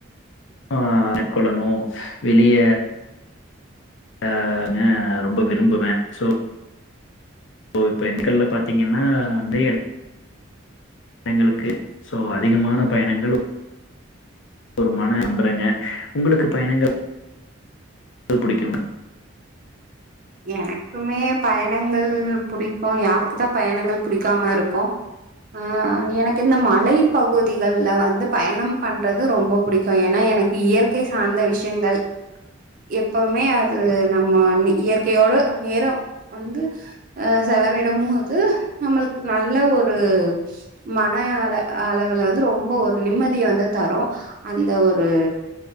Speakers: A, on the left (about 65°); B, on the right (about 40°).
A: ஆ மேற்கொள்ளணு வெளிய நானு ரொம்ப விரும்புவே சோ இப்ப பெண்கள்ல பாத்தீங்கன்னா வந்து எங்களுக்கு சோ அதிகமான பயணங்கள் ஒருமான அம்பரங்க ஒங்களுக்கு பயணங்கள் முட்ட புடிக்கும்ன
B: எனக்குமே பயணங்கள் புடிக்கு யாருக்கு தா பயணங்கள் புடிக்காம இருக்கு ஆ எனக்கு இந்த மலை பகுதிகள்ல வந்து பயணம் பண்றது ரொம்ப புடிக்கு ஏன்னா எனக் இயற்கை சார்ந்த விஷயங்கள் எப்பவுமே அது நம்ம இயற் இயற்கையோட நேரோ வந்து அ செலவிடும்போது நம்மளுக்கு நல்ல ஒரு மன அள அளவுல வந்து ரொம்ப ஒரு நிம்மதிய வந்து தரும் அந்த ஒரு